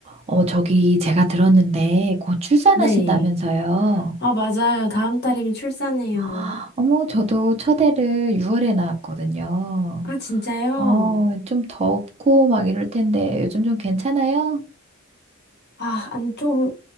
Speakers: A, on the right; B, on the left.
A: 어, 저기 제가 들었는데 곧 출산하신다면서요.
B: 네. 아, 맞아요. 다음 달이면 출산해요.
A: 아, 어머, 저도 첫애를 6월에 낳았거든요.
B: 아, 진짜요?
A: 어, 좀 덥고 막 이럴 텐데 요즘 좀 괜찮아요?
B: 아, 아니, 좀,